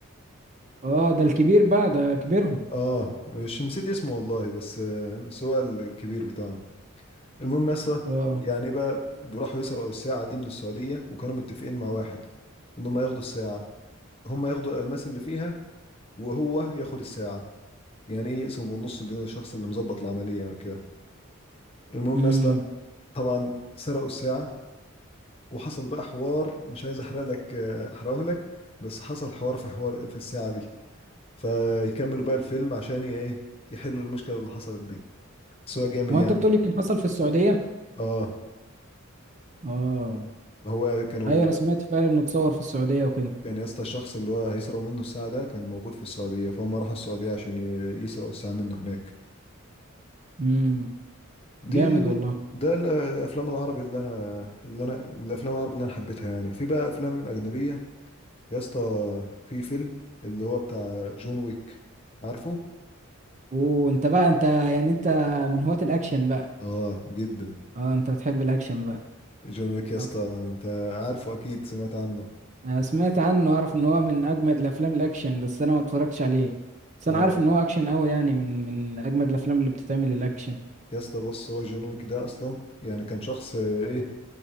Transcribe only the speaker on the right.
اه ده الكبير بقى ده كبيرهم
اه
امم
هو
انت بتقولي كان حصل في السعودية
اه
ايوه انا سمعت فعلا انه اتصور في السعودية وكده
امم
جامد والله
وانت بقى انت يعني انت من هواة الاكشن بقى
اه انت بتحب الاكشن بقى
آه.
انا سمعت عنه اعرف ان هو من اجمد الافلام الاكشن بس انا ما اتفرجتش عليه بس انا
عارف ان هو اكشن قوي يعني من من اجمد الافلام اللي بتتعمل الاكشن